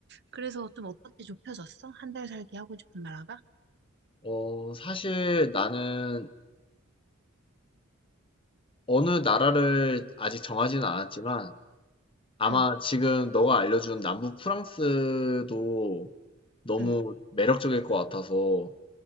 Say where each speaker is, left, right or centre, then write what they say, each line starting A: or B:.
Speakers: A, on the right; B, on the left.
A: 그래서 좀 어떻게 좁혀졌어? 한달 살기 하고 싶은 나라가?
B: 어, 사실 나는 어느 나라를 아직 정하지는 않았지만 아마
A: 응,
B: 지금 너가 알려준 남부 프랑스도 너무
A: 응,
B: 매력적일 것 같아서